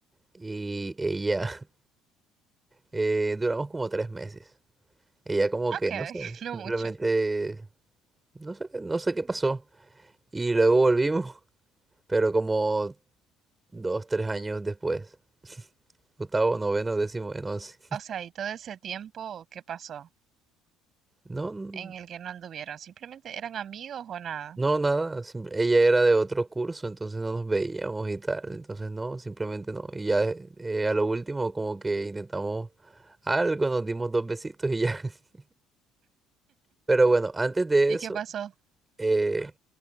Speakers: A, on the right; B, on the right.
A: y ella, <laughs> eh, duramos como tres meses. Ella como que,
B: Ok, <laughs>
A: no sé,
B: no
A: simplemente,
B: mucho.
A: no sé, no sé qué pasó. Y luego volvimos, <laughs> pero como dos, tres años después, <laughs> octavo, noveno, décimo, en once.
B: O sea, ¿y todo ese tiempo qué pasó
A: No.
B: en el que no anduvieron? ¿Simplemente eran amigos o nada?
A: No, nada, sim- ella era de otro curso, entonces no nos veíamos y tal, entonces no, simplemente no. Y ya eh, a lo último como que intentamos algo, nos dimos dos besitos y ya. <laughs> Pero bueno, antes de
B: ¿Y
A: eso,
B: qué pasó?
A: eh,